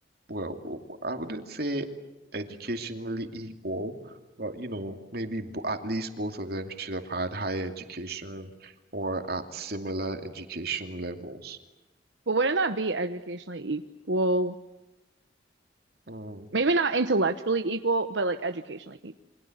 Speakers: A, on the right; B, on the right.
A: well, w- w- I wouldn't say educationally equal, but you know, maybe b at least both of them should have had higher education or at similar education levels.
B: But wouldn't that be educationally equal?
A: Mm.
B: Maybe not intellectually equal, but like educationally equal,